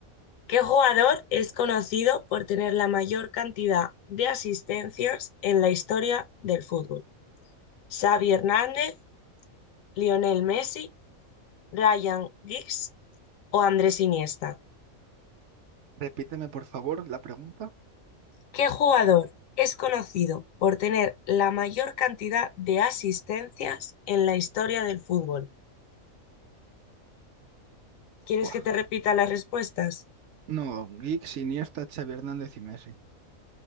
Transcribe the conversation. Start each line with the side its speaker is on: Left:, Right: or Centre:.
Left: ¿Qué jugador es conocido por tener la mayor cantidad de asistencias en la historia del fútbol? ¿Xavi Hernández, Lionel Messi, Ryan Giggs o Andrés Iniesta?
Right: Repíteme, por favor, la pregunta.
Left: ¿Qué jugador es conocido por tener la mayor cantidad de asistencias en la historia del fútbol? ¿Quieres
Right: Buah.
Left: que te repita las respuestas?
Right: No, Giggs, Iniesta, Xavi Hernández y Messi.